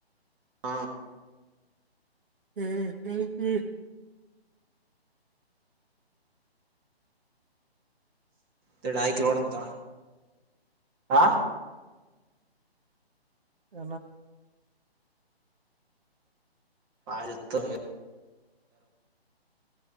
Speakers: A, on the right (about 20°); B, on the right (about 55°).
A: ಹ್ಮ
B: ಹ್ಮ್ ಹ್ಮ್ ಹ್ಮ್
A: ತ ಢಾಯ ಕೋಡ ಅಂತ ಹಾ
B: ಇ
A: ಆಯತರ